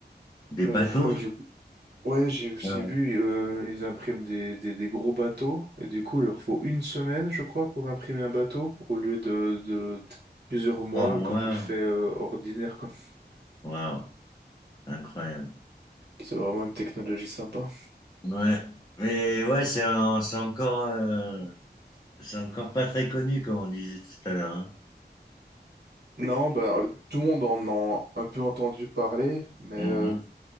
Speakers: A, on the left; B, on the right.
A: Des bateaux?
B: euh, je crois que j'ai Ouais, j'ai aussi
A: Ah,
B: vu, euh, ils impriment des, des, des gros bateaux, et du coup, il leur faut une semaine, je crois, pour imprimer un bateau, au lieu de, de plusieurs mois
A: Trois mois.
B: quand tu le fais, euh, ordinaire, quoi.
A: Waouh, incroyable.
B: C'est vraiment une technologie sympa.
A: Ouais. Mais ouais, c'est un- c'est encore, euh, c'est encore pas très connu, comme on disait tout à l'heure. hein.
B: Non, bah, tout le monde en a un peu entendu parler, mais
A: Mhm.
B: euh,